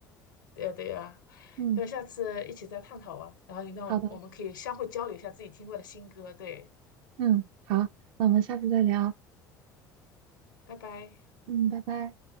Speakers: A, on the left; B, on the right.
A: 对呀，对呀，
B: 嗯。
A: 要不下次一起再探讨吧，然后你让我们可以相互交流一下自己听过的新歌，
B: 好的。
A: 对。
B: 嗯，好，那我们下次再聊。
A: 拜拜。
B: 嗯，拜拜。